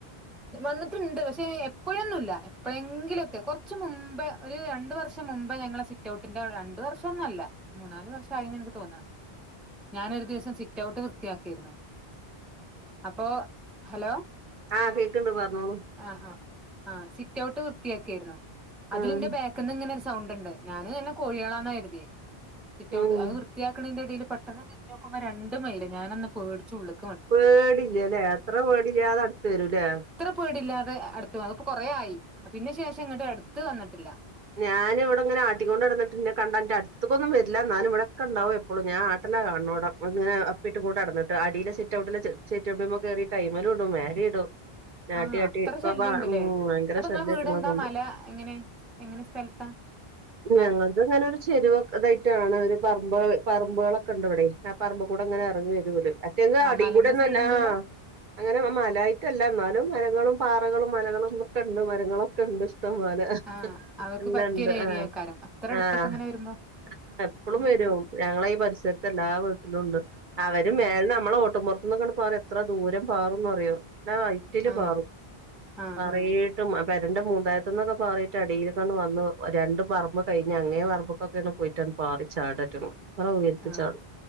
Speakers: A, in the centre; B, on the right.
A: വന്നിട്ട്ണ്ട് പക്ഷേ എപ്പഴ്ന്നില്ല എപ്പഴെങ്കിലൊക്കെ കൊറച്ച് മുമ്പേ ഒരു രണ്ടു വർഷം മുമ്പേ ഞങ്ങടെ സിറ്റ്ഔട്ടിൻ്റെ അവിടെ രണ്ട് വർഷൊന്നു അല്ല മൂന്നാല് വർഷായിന്ന് എനിക്ക് തോന്നണ് ഞാനൊരു ദിവസം സിറ്റ് ഔട്ട് വൃത്തിയാക്കായിരുന്നു അപ്പോ ഹലോ
B: ആഹ് കേക്ക്ണ്ട് പറഞ്ഞോളൂ
A: ആഹ് ആഹ് ആഹ് സിറ്റ് ഔട്ട് വൃത്തിയാക്കായിരുന്നു അതിലിൻ്റെ
B: ആഹ്
A: ബാ ക്ക്ന്ന് ഇങ്ങനെ ഒരു സൗണ്ട് ഇണ്ട് ഞാൻ വല്ല കോഴികളാന്ന കരുത്യേ സിറ്റഔട്ട്
B: ഉം
A: അത് വൃ ത്തിയാക്കേണേൻ്റെ എടേല് പെട്ടെന്ന് തിരിഞ്ഞോക്കുമ്പോ രണ്ട് മയില് ഞാനന്ന് പേടിച്ച് ഉള്ളിക്ക്ണി
B: പേടി ഇല്ലാല്ലേ അത്ര പേടില്ലാതെ അടുത്ത് വരൂല്ലേ
A: ഇത്ര പേടില്ലാതെ അടുത്ത് വന്നു ഇപ്പൊ കൊറേ ആയി പിന്നെ ശേഷം ഇങ്ങോട്ട് അടുത്ത് വന്നിട്ടില്ല
B: ഞാന് ഇവിടെ ഇങ്ങനെ ആട്ടിക്കൊണ്ടടന്നിട്ട്ന്നെ കണ്ട ഇന്റെ അടുത്ത്ക്കൊന്നും വരില്ല എന്നാലും ഇവിടെക്കെണ്ടാവും എപ്പളും ഞാൻ ആട്ടലാ കാണോടം വന്നിങ്ങനെ അപ്പിട്ട് കൂടെ നടന്നിട്ട് അടിലെ സിറ്റ് ഔട്ടില് ചെചെറ്റുപടിമെ കേറിട്ട് അയ്മലും ഇടും മേലെ ഇടും നെ
A: ആഹ്
B: ആട്ടി ആട്ടി
A: അത്ര
B: ഇപ്പൊ
A: ശല്യണ്ട്ല്ലേ
B: ഭ ഉം ഭയങ്കര
A: അപ്പൊ
B: ശല്യ
A: ഇങ്ങളെ വീടെന്താ
B: അവറ്റങ്ങളെ കൊണ്ട്
A: മല എങ്ങനെ എങ്ങനെ സ്ഥലത്താ മ
B: ഞങ്ങൾ ഇതിങ്ങനെ ഒരു ചെരുവൊ ഇതായിട്ടാണ് ഒരു പറമ്പ് പറമ്പുകളൊക്കെണ്ട് ഇവടെ ആ പറമ്പ് കൂടെ ഇങ്ങനെ എറങ്ങി വരും ഇവല് മറ്റേങ്ക
A: ആഹ്
B: അടി
A: മലന്റെ
B: കൂടെ ഒന്നല്ലാ
A: സൈഡ് എന്തേലും
B: ആഹ് അങ്ങനെ മ മലായിട്ടല്ല എന്നാലും മരങ്ങളും, പാറകളും, മലകളും, ഒക്കെ ഇണ്ട് മരങ്ങളൊക്കെ ഉണ്ട് ഇഷ്‌ടംപോലെ
A: ആഹ് അവർക്ക്
B: എല്ലാണ്ട്
A: പറ്റിയൊരു ഏരിയേക്കാരം
B: ആഹ്
A: അത്ര അടുത്തൊക്കെ
B: ആഹ്
A: ഇങ്ങനെ വരുമ്പോ
B: ആഹ് എപ്പളും
A: ആഹ്
B: വരും
A: ആഹ്
B: ഞങ്ങളെ ഈ പരിസരത്ത് എല്ലാ വീട്ടിലും ഉണ്ട് അവരും
A: ഉം
B: മേല നമ്മളെ ഓട്ടും പൊറ ത്ത്ന്നൊക്കെണ്ട് പാറ എത്ര ദൂരം പാറുംന്ന് അറിയോ നല്ല ഹൈറ്റില്
A: ആഹ്
B: പാറും
A: ആഹ്
B: നറേയെ
A: ആഹ്
B: ട്ടും ആ പെരേന്റെ മൂന്തായത്ത്ന്നൊക്കെ പാറിട്ട് എടേല് ക്കണ്ട് വന്നു രണ്ട് പറമ്പ് കഴിഞ്ഞ അങ്ങേ പറമ്പക്കൊക്കെണ് പോയിട്ടാണ് അങ്ങ് പാറി ചാട അവറ്റങ്ങള് അത്ര ഉയരത്തിച്ചാടും
A: ആഹ്